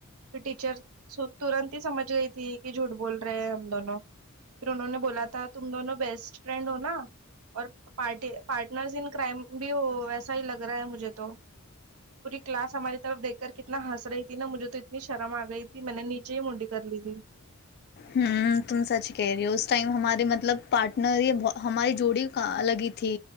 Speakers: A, on the right; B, on the left.
A: پھر ٹیچر ترنت ہی سمجھ گئی تھی کہ جھوٹ بول رہے ہیں ہم دونوں پھر انہوں نے بولا تھا تم دونوں بیسٹ فرینڈ ہوناا اورٹی پارٹنر ان کرائم بھی ہو ایسا ہی لگ رہا ہے مجھے تو پوری کلاس ہماری طرف دیکھ کر کتنا ہنس رہی تھی نہا مجھے تو اتنی شرم آ گئی تھی میں نے نیچے ہی منڈی کر لی تھی
B: ہ تم سچ کہہ رہی ہو اس ٹائم ہمارے مطلب پارٹنر ہی ہماری جوڑی الگی تھی